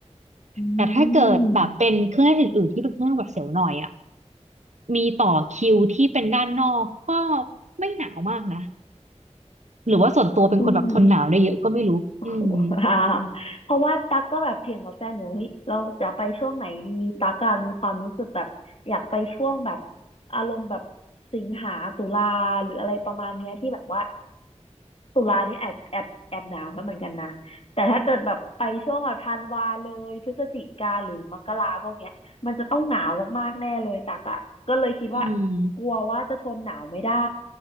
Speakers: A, on the left; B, on the right.
A: อื
B: แต่ถ้าเกิดแบบเป็นเครื่องเล่นอื่นๆที่เป็นเครื่องเล่นหวัดเสียวหน่อยอ่ะ
A: ม
B: มีต่อคิวที่เป็นด้านนอกก็ไม่หนาวมากนะ หรือว่าส่วนตัวเป็นคนแบบทนหนาวได้เยอะก็ไม่รู้อืม
A: อืม <laughs> ว้าวเพราะว่าตั๊กก็แบบเถียงกับแฟนอยู่เฮ้ยเราจะไปช่วงไหนดี ตั๊กอะมีความรู้สึกแบบอยากไปช่วงแบบอารมณ์แบบสิงหาตุลาหรืออะไรประมาณเนี้ยที่แบบว่าตุลานี่แอบแอบแอบหนาวแล้วเหมือนกันนะแต่ถ้าเกิดแบบไปช่วงแบบธันวาเลยพฤศจิกาหรือมกราพวกเนี้ยมันจะต้องหนาวมากๆแน่เลยตักอะก็เลยคิดว่า
B: อืม
A: กลัวว่าจะทนหนาวไม่ได้